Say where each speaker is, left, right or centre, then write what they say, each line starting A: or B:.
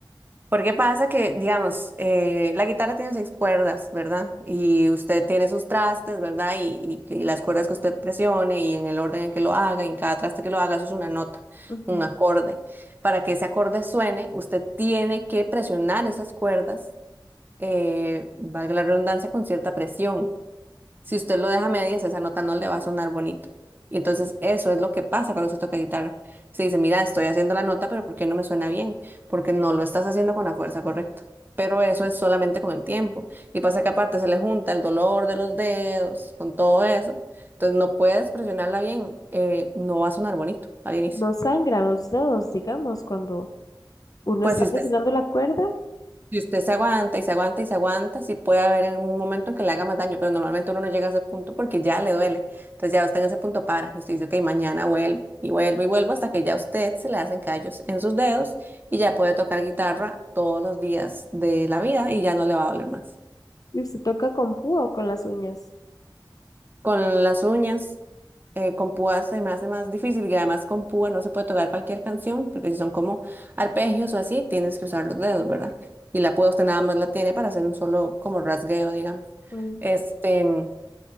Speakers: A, on the right; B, on the left.
A: Porque pasa que, digamos, eh, la guitarra tiene seis cuerdas, ¿verdad? Y usted tiene sus trastes, ¿verdad? Y, y- y las cuerdas que usted presione y en el orden en que lo haga, y en cada traste que lo haga, eso es una nota,
B: Ujú.
A: un acorde. Para que ese acorde suene, usted tiene que presionar esas cuerdas, eh, valga la redundancia, con cierta presión. Si usted lo deja a medias, esa nota no le va a sonar bonito. Y entonces eso es lo que pasa cuando se toca guitarra. Se dice, mira, estoy haciendo la nota, pero ¿por qué no me suena bien? Porque no lo estás haciendo con la fuerza correcta. Pero eso es solamente con el tiempo. Y pasa que aparte se le junta el dolor de los dedos, con todo eso. Entonces no puedes presionarla bien, eh, no va a sonar bonito al inicio.
B: No sangran los dedos, digamos, cuando uno
A: Pues
B: está
A: si
B: presionando
A: usted
B: la cuerda.
A: Y usted se aguanta y se aguanta y se aguanta, sí puede haber en un momento en que le haga más daño, pero normalmente uno no llega a ese punto porque ya le duele. Entonces ya usted en ese punto para y usted dice, ok, mañana vuelvo y vuelvo y vuelvo hasta que ya a usted se le hacen callos en sus dedos y ya puede tocar guitarra todos los días de la vida y ya no le va a doler más.
B: ¿Y usted toca con púa o con las uñas?
A: Con las uñas. eh, con púa se me hace más difícil y además con púa no se puede tocar cualquier canción, porque si son como arpegios o así, tienes que usar los dedos, ¿verdad? Y la púa usted nada más la tiene para hacer un solo como rasgueo, digamos.
B: Ujú.
A: Este,